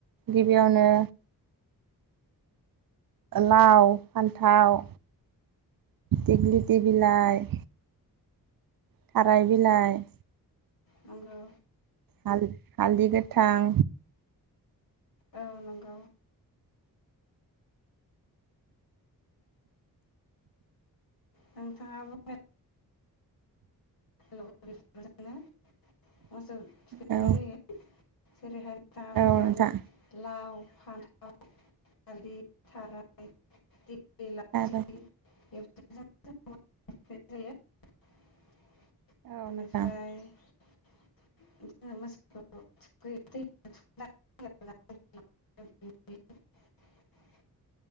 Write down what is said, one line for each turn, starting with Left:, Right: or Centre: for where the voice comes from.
Right: गिबियावनो लाव, फान्थाव, दिेग्लिथि बिलाइ
Left: औ
Right: थाराय बिलाइ
Left: नंगौ।
Right: हालद-हालदि गोथां
Left: औ नंगौ नोंथाङा <unintelligible> <unintelligible> मोसौ थुखैनाय
Right: औ
Left: जायो जेरैहाय नोंथाङा बुंदों
Right: औ नोंथां
Left: लाव फान्थाव, हालदि, थाराय दिग्लि लावथि
Right: आरो
Left: <unintelligible> <unintelligible>
Right: औ नोंथां
Left: <unintelligible>